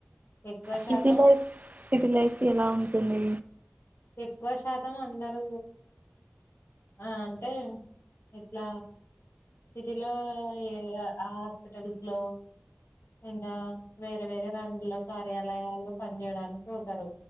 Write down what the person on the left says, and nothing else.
ఎక్కువ
శాతం
ఎక్కువ శాతం అందరూ ఆ అంటే ఇట్లా సిటీలో ఏ ఆ హాస్పిటల్స్ లో ఇంగ వేరే వేరే దాంట్లుల కార్యాలయాల్లో పని చేయడానిక్ వుతారు